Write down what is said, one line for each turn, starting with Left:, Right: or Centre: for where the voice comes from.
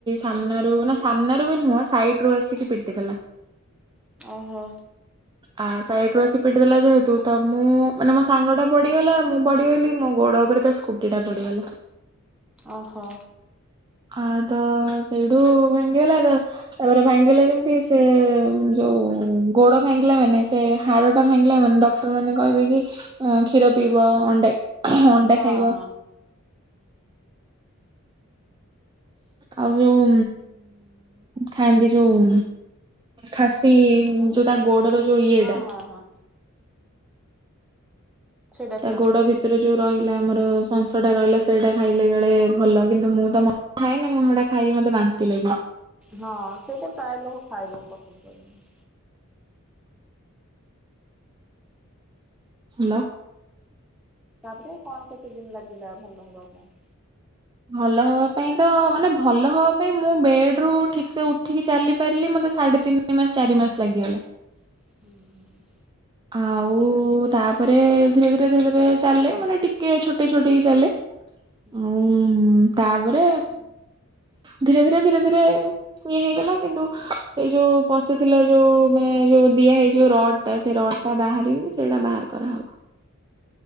Right: ସାମ୍ନାରୁ ନା ସାମ୍ନାରୁ ବି ନୁହଁ ସାଇଡ ରୁ ଆସିକି ପିଟି ଦେଲା।
Centre: ଓହୋ।
Right: ଆ ସାଇଟରୁ ଆସି ପିଟି ଦେଲା ଯେହେତୁ ତ ମୁଁ ମାନେ ମୋ ସାଙ୍ଗ ଟା ପଡିଗଲା ମୁଁ ପଡିଗଲି ମୋ ଗୋଡ ଉପରେ ତା ସ୍କୁଟି ଟା ପଡିଗଲା।
Centre: ଓହୋ।
Right: ଆ ତ ସେଇଠୁ ଭାଙ୍ଗିଗଲା ତ ତାପରେ ଭାଙ୍ଗିଲା ଯେମିତି ସେ ଯୋଉ ଗୋଡ ଭାଙ୍ଗିଲା ମାନେ ସେ ହାଡ ଟା ଭାଙ୍ଗିଲା ମାନେ ଡ ମାନେ କହିବେ କି କ୍ଷୀର ପିଇବ ଅଣ୍ଡ ଅଣ୍ଡା
Centre: ହଁ
Right: ଖାଇବ
Centre: ହଁ
Right: ଆଉ ଯୋଉ ଖାଆନ୍ତି ଯୋଉ ଖାସି
Centre: ଉଁ
Right: ଯୋଉ ତା ଗୋଡର ଯୋଉ ଇଏଟା
Centre: ହଁ ହଁ ହଁ। ସେଇଟା
Right: ତା
Centre: ପିଅନ୍ତି
Right: ଗୋଡ ଭିତରେ ଯୋଉ ରହିଲା ଆମର ସଂସଟା ରହିଲା ସେଇଟା ଖାଇଲେ କାଳେ ଭଲ କିନ୍ତୁ ମୁଁ ତ ମଟ ଖାଏ ନା ମୁଁ ହେଟା ଖାଇବି ମତେ ବାନ୍ତି ଲାଗିବ।
Centre: ହଁ ସେଇଟା ପ୍ରାୟ ଲୋକ ଖାଇବାକୁ ପସନ୍ଦ କରନ୍ତିନି।
Right: ହାଲୋ।
Centre: ତାପରେ କଣ କେତେ ଦିନ ଲାଗିଲା ଭଲ ହବା ପାଇଁ?
Right: ଭଲ ହବା ପାଇଁ ତ ମାନେ ଭଲ ହବା ପାଇଁ ମୁଁ ବେଡରୁ ଠିକ୍ ସେ ଉ ଠିକି ଚାଲି ପାରିଲି ମତେ ସାଢେ ତିନି ମାସ ଚାରି ମାସ ଲାଗିଗଲା।
Centre: ହୁଁ ହୁଁ।
Right: ଆଉ ତାପରେ ଧୀରେ ଧୀରେ ଧୀରେ ଧୀରେ ଚାଲେ ମାନେ ଟିକେ ଛୋଟେଇ ଛୋଟେଇକି ଚାଲେ।
Centre: ହୁଁ।
Right: ଉଁ ତାପରେ ଧୀରେ ଧୀରେ ଧୀରେ ଧୀରେ ଇଏ ହେଇଗଲା କିନ୍ତୁ ଏଇ ଯୋଉ ପଶିଥିଲା ଯୋଉ ମାନେ ଯୋଉ ଦିଆ ହେଇ ଯୋଉ ରଡ୍ ସେ ରଡ୍ ଟା ବାହାରିନି ସେଇଟା ବାହାର କରାହବ।